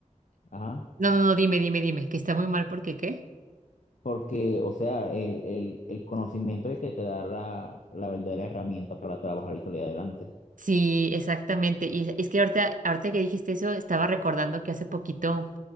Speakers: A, on the left; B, on the right.
A: Ajá.
B: no, no, no, dime, dime, dime, que está muy mal porque ¿qué?
A: Porque, o sea, el, el- el conocimiento es el que te da la, la verdadera herramienta para trabajar y salir adelante.
B: Sí, exactamente. Y es que ahorita, ahorita que dijiste eso, estaba recordando que hace poquito